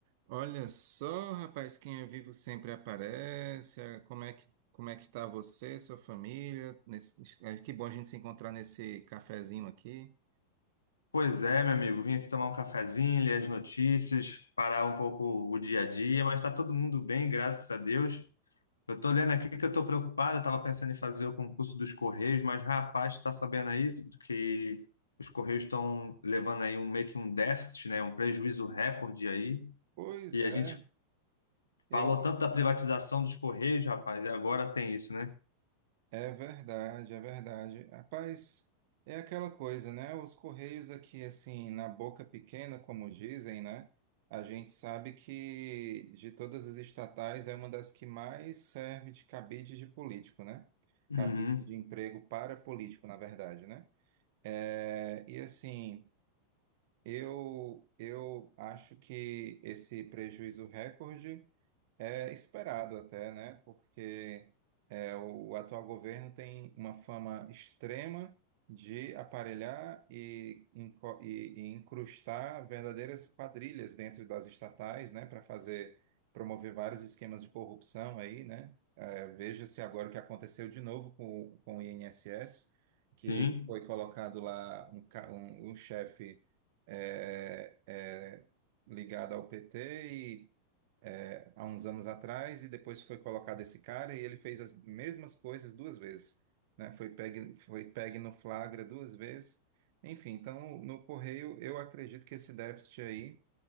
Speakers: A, on the right; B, on the left.
A: Olha só, rapaz, quem é vivo sempre aparece. Ah, Como é que, como é que tá você, sua família? Nesse- ah, que bom a gente se encontrar nesse cafezinho aqui.
B: Pois é, meu amigo, vim aqui tomar um cafezinho, ler as notícias, parar um pouco o dia a dia, mas está todo mundo bem, graças a Deus. Eu estou lendo aqui que eu estou preocupado, estava pensando em fazer o concurso dos Correios, mas rapaz, está sabendo aí que os Correios estão levando aí um meio que um déficit, né, um prejuízo recorde aí,
A: Pois
B: e a
A: é,
B: gente
A: eu,
B: falou tanto da privatização dos Correios, rapaz, e agora tem isso, né?
A: é verdade, é verdade. Rapaz, é aquela coisa, né? Os Correios aqui, assim, na boca pequena, como dizem, né? A gente sabe que de todas as estatais é uma das que mais serve de cabide de político, né?
B: Uhum.
A: Cabide de emprego para político, na verdade, né? É, e assim, eu, eu acho que esse prejuízo recorde. É esperado até, né? Porque é, o atual governo tem uma fama extrema de aparelhar e, inco- e- e incrustar verdadeiras quadrilhas dentro das estatais, né? Para fazer promover vários esquemas de corrupção aí, né? É, veja-se agora o que aconteceu de novo com, com o INSS, que
B: Sim,
A: foi colocado lá um, ca- um- um chefe é, é, ligado ao PT é, há uns anos atrás e depois foi colocado esse cara e ele fez as mesmas coisas duas vezes, né? Foi pegue, foi pegue no flagra duas vezes. Enfim, então no Correio eu acredito que esse déficit aí